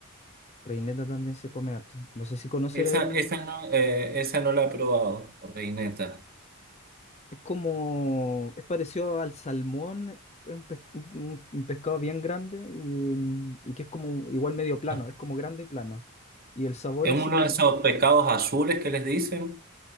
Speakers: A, on the left; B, on the right.
A: Reineta también se come harto. No sé si conocer
B: Esa,
A: el...
B: esa no, eh, esa no la he probado, reineta.
A: Es como... Es parecido al salmón, es un, pes- un- un- un pescado bien grande y, y que es como igual medio plano,
B: Ah.
A: es como grande y plano. Y el sabor
B: Es
A: es
B: uno
A: similar.
B: de esos pescados azules que les dicen.